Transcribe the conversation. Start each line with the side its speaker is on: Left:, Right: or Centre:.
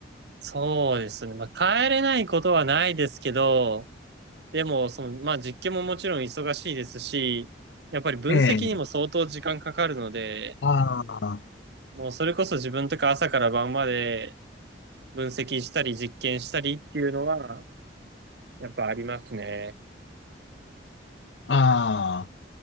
Right: そうですね。まあ、帰れないことはないですけど、でも、その、まあ、実験ももちろん忙しいですし、やっぱり分析にも相当時間かかるので、
Left: ええ。ああ、
Right: もうそれこそ自分とか朝から晩まで分析したり実験したりっていうのは、やっぱありますね。
Left: ああ、